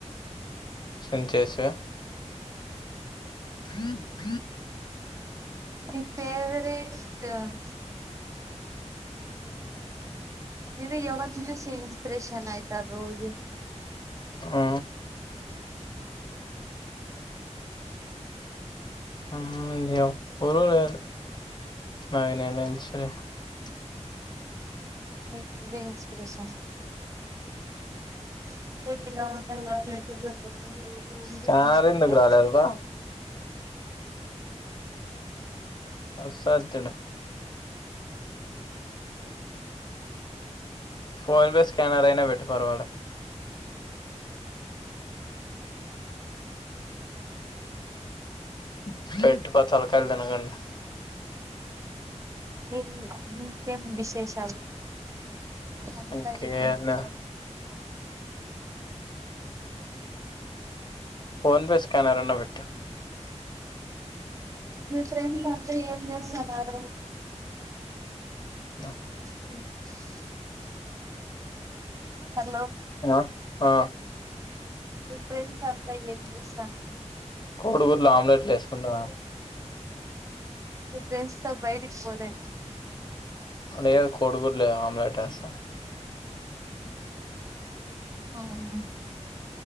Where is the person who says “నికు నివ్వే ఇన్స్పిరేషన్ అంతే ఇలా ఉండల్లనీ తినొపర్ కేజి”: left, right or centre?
Right